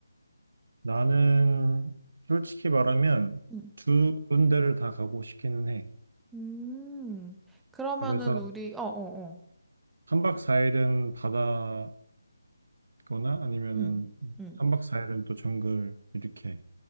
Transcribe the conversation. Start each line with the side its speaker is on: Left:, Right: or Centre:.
Right: 나는, 솔직히 말하면,
Centre: 응,
Right: 두 군데를 다 가고 싶기는 해.
Centre: 음, 음, 그러면은
Right: 그래서,
Centre: 우리, 어, 어, 어.
Right: 3박 4일은 바다에 있거나, 아니면은,
Centre: 응, 응.
Right: 3박 4일은 또 정글, 이렇게.